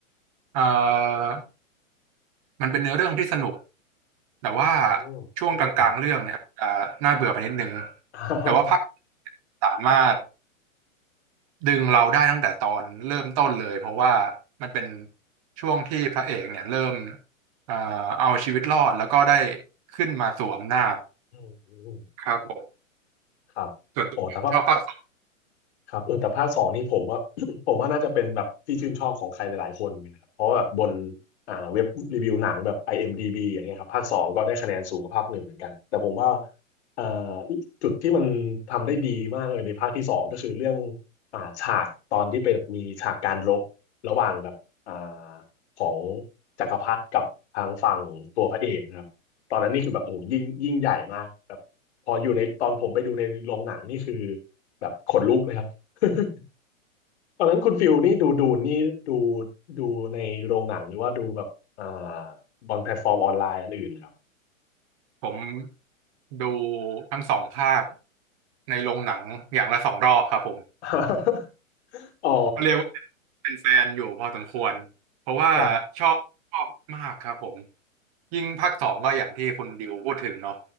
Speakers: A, on the right (about 25°); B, on the left (about 55°).
A: เอ่อมันเป็นเนื้อเรื่องที่สนุก แต่ว่า
B: อืม
A: ช่วงกลางๆเรื่องเนี่ยจะน่าเบื่อไปนิดนึง
B: ครับ <laughs>
A: แต่ว่าภาคสามารถดึงเราได้ตั้งแต่ตอนเริ่มต้นเลยเพราะว่ามันเป็นช่วงที่พระเอกเนี่ยเริ่มเอ่อเอาชีวิตรอดแล้วก็ได้ขึ้นมาสวมอำนาจ
B: อืมอืม
A: ครับผม
B: <laughs> ครับโอ้แต่ว่า
A: ส่วนตัวชอบภาคสอง
B: ครับเออแต่ภาคสองนี่ผมว่า <coughs> ผมว่าน่าจะเป็นแบบที่ชื่นชอบของใครหลายๆคนเหมือนกันนะครับเพราะว่าแบบบนอ่าเว็บรีวิวหนังแบบ IMDb อเอ็มดีบีอย่างเงี้ยครับภาคสองก็ได้คะแนนสูงกว่าภาคหนึ่งเหมือนกันแต่ผมว่าเอ่อจุดที่มันทำได้ดีมากเลยในภาคที่สองก็คือเรื่องอ่าฉากตอนที่เป็นมีฉากการรบระหว่างแบบอ่าของจักรพรรดิกับทางฝั่งตัวพระเอกนะครับตอนนั้นนี่คือแบบโอ้โหยิ่งยิ่งใหญ่มากแบบพออยู่ในตอนผมไปดูในโรงหนังนี่คือแบบขนลุกเลยครับ <laughs> ตอนนั้นคุณฟิลนี่ดูดูนี่ดูดูในโรงหนังหรือว่าดูแบบอ่าบนแพลตฟอร์มออนไลน์อันอื่นครับ
A: ผมดูทั้งสองภาคในโรงหนังอย่างละสองรอบครับผม
B: <laughs> อ๋อ
A: ก็เรียกว่าเป็นเป็นแฟนอยู่พอสมควรเพราะว่าชอบชอบมากครับผม
B: ครับ
A: ยิ่งภาคสองก็อย่างที่คุณดิวพูดถึงเนาะ